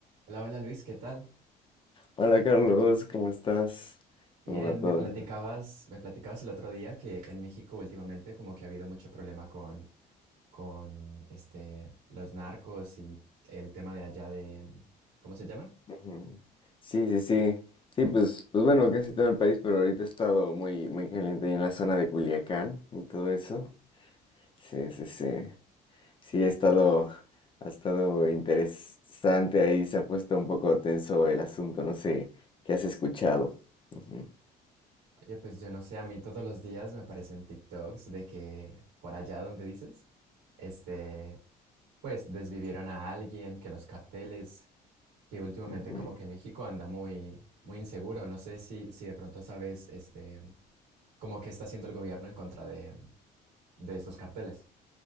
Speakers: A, on the right; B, on the left.
A: Hola, hola Luis, ¿qué tal?
B: Hola Carlos, ¿cómo estás?
A: Bien,
B: ¿Cómo va todo?
A: me platicabas, me platicabas el otro día que en México últimamente como que ha habido mucho problema con, con este, los narcos y el tema de allá de, ¿cómo se llaman?
B: Ujú. Sí, sí, sí. Sí, pues, pues bueno, casi todo el país, pero ahorita he estado muy, muy caliente ahí en la zona de Culiacán y todo eso. Sí, sí, sí. Sí, ha estado, ha estado interesante ahí, se ha puesto un poco tenso el asunto, no sé qué has escuchado. Ujú,
A: Oye, pues yo no sé, a mí todos los días me aparecen TikToks de que por allá donde dices, este, pues desvivieron a alguien, que los carteles, que últimamente
B: ujú.
A: como que México anda muy, muy inseguro. No sé si, si de pronto sabes, este como que está haciendo el gobierno en contra de, de estos carteles.